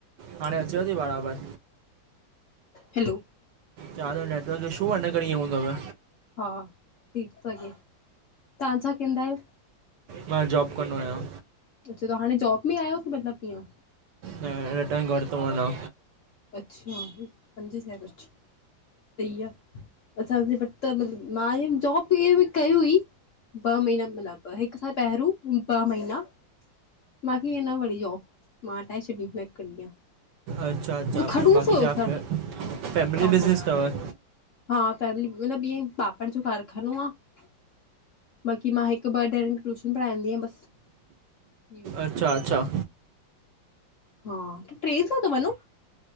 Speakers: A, on the right (about 70°); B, on the left (about 55°).
A: हाणे अचेव थी बराबरि।
B: हैलो।
A: नेटवर्क ईशू‌ आहे, हिन करे ईअं हूंदव।
B: हा, ठीक तो अचे तव्हां छा कंदा आहियो?
A: मां जॉब कंदो आहियां।
B: त हाणे जॉब में आयो की मतिलबु कीअं?
A: न हिन टाइम घरु तो वञां।
B: अच्छा, पंज छः बजे। अच्छा, मतिलबु मां जॉब इहे बि कई हुई ॿ महिना मतिलबु हिकु खां पहिरियों। ॿ महीना मूंखे ईंअ न वणी जॉब मां हटाए छॾी न करड़ी आ।
A: अच्छा-अच्छा
B: खड़ूस
A: बाकी
B: हुयो
A: छा
B: सर
A: फैमिली
B: ॾाढो
A: बिज़नेस अथव।
B: हा, फैमिली मतिलबु इएं पापड़ जो कारखानो आहे। बाक़ी मां हिकु-ॿ जणिनि खे ट्यूशन पढ़ाईंदी आहियां, बस उहोई।
A: अच्छा-अच्छा।
B: हा, तव्हां ट्रेन सां ता वञों?